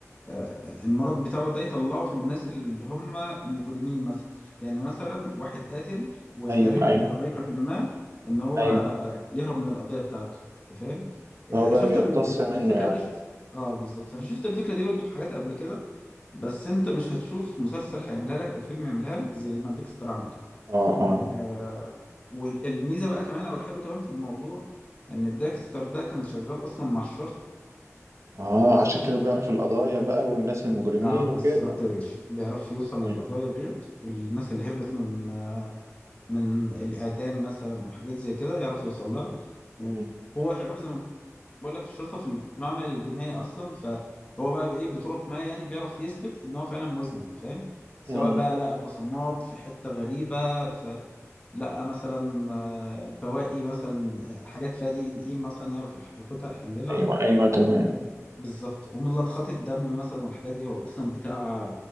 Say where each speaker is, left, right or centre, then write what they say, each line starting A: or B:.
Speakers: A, on the left (about 20°); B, on the right (about 60°).
A: آه، آه، المرض بتاعه ده يطلعه في الناس اللي هم مجرمين مثلا يعني مثلا واحد قاتل وعرف
B: ايوه ايوه
A: بطريقة ما ان هو
B: ايوه
A: يهرب من القضية بتاعته انت فاهم يعني
B: فهو بقى
A: شفت
B: بيقتص
A: ال-
B: منه
A: الفكرة
B: يعني
A: دي اه بالظبط انا شفت الفكرة دي برضو في حاجات قبل كده بس انت مش هتشوف مسلسل هيعملها لك او فيلم يعملها لك زي ما ديكستر عمل
B: اه اه
A: آه والميزة بقى كمان او الحلو كمان في الموضوع ان ديكستر ده كان شغال اصلا مع الشرطة
B: اه عشان كده بيعرف القضايا بقى والناس المجرمين
A: اه بالظبط
B: وكده
A: يا باشا بيعرف يوصل
B: ايوه
A: للقضايا ديت والناس اللي هربت من آه، من الاعدام مثلا او حاجات زي كده يعرف يوصل لها وهو
B: ايوه
A: شغال زي ما بقول لك في الشرطه في المعمل الجنائي اصلا فهو بقى بايه بطرق ما يعني بيعرف يثبت ان هو فعلا مذنب فاهم سواء
B: امم
A: بقى لقى بصمات في حته غريبه فلقى مثلا آه، بواقي مثلا آه، حاجات فيها دي ان ايه مثلا يعرف يح- ياخدها يحللها
B: ايوه ايوه تمام
A: بالظبط ومن لطخات الدم مثلا والحاجات دي هو اصلا بتاع